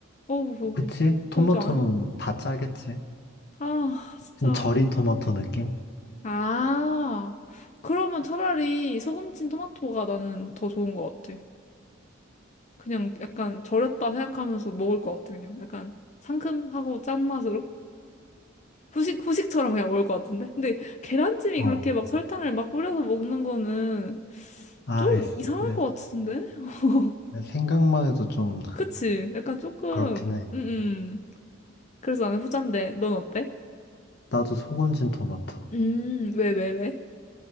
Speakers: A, on the left (about 35°); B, on the left (about 55°).
A: 어우,
B: 그치? 토마토는
A: 그럼 좀 안,
B: 다 짜겠지.
A: 아, 진짜.
B: 좀 절인 토마토 느낌?
A: 아, 그러면 차라리 소금친 토마토가 나는 더 좋은 것 같아. 그냥 약간 절였다 생각하면서 먹을 것 같아, 그냥. 약간 상큼하고 짠 맛으로. 후식, 후식처럼 그냥 먹을 것 같은데? 근데 계란찜이
B: 어,
A: 그렇게 막 설탕을 막 뿌려서 먹는 거는
B: 아이씨.
A: 좀 이상할
B: 네.
A: 것 같은데? <laughs>
B: 생각만 해도 좀
A: 그치? 약간 조금,
B: 그렇긴 해.
A: 음, 음. 그래서 나는 후잔데, 넌 어때?
B: 나도 소금 친 토마토.
A: 음, 왜, 왜, 왜?